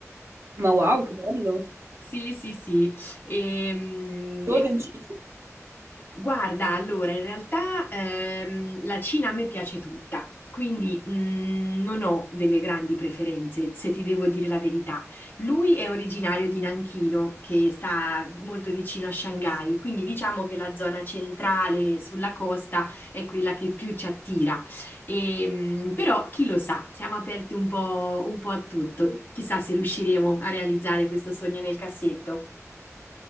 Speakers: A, on the right; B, on the left.
A: Ma wow, che bello!
B: Sì, sì, sì. E, mm,
A: Tu
B: e
A: hai vincito.
B: quindi Guarda, allora, in realtà ehm, la Cina a me piace tutta, quindi mm, non ho delle grandi preferenze, se ti devo dire la verità. Lui è originario di Nanchino, che sta molto vicino a Shanghai, quindi diciamo che la zona centrale sulla costa è quella che più ci attira. E, mm, però chi lo sa, siamo aperti un po', un po' a tutto. Chissà se riusciremo a realizzare questo sogno nel cassetto.